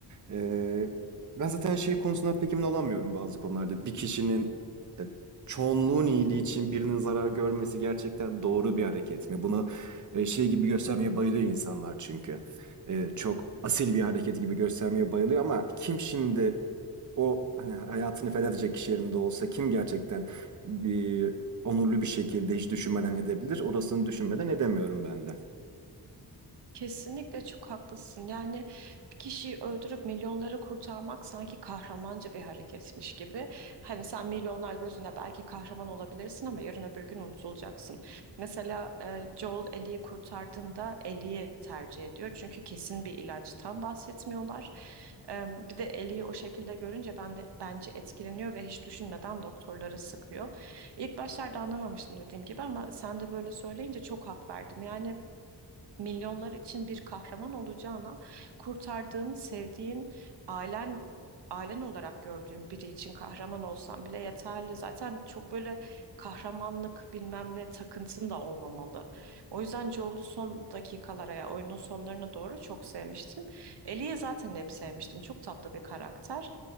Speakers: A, on the right (about 45°); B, on the right (about 70°).
A: Ee, ben zaten şey konusundan pek emin olamıyorum bazı konularda. Bir kişinin e, çoğunluğun iyiliği için birinin zarar görmesi gerçekten doğru bir hareket mi? Bunu e, şey gibi göstermeye bayılıyor insanlar çünkü. E, çok asil bir hareket gibi göstermeye bayılıyor ama kim şimdi o hani hayatını feda edecek kişi yerinde olsa kim gerçekten e, onurlu bir şekilde hiç düşünmeden edebilir? Orasını düşünmeden edemiyorum ben de.
B: Kesinlikle çok haklısın. Yani bir kişiyi öldürüp milyonları kurtarmak sanki kahramanca bir hareketmiş gibi. Hani sen milyonlar gözünde belki kahraman olabilirsin ama yarın öbür gün unutulacaksın. Mesela e, Joel Ellie'yi kurtardığında Ellie'yi tercih ediyor. Çünkü kesin bir ilaçtan bahsetmiyorlar. E, bir de Ellie'yi o şekilde görünce ben de bence etkileniyor ve hiç düşünmeden doktorlara sıkıyor. İlk başlarda anlamamıştım dediğim gibi ama sen de böyle söyleyince çok hak verdim. Yani milyonlar için bir kahraman olacağına kurtardığın, sevdiğin, ailen ailen olarak gördüğün biri için kahraman olsan bile yeterli. Zaten çok böyle kahramanlık bilmem ne takıntın da olmamalı. O yüzden Joel'u son dakikalara ya oyunun sonlarına doğru çok sevmiştim. Ellie'yi zaten hep sevmiştim. Çok tatlı bir karakter.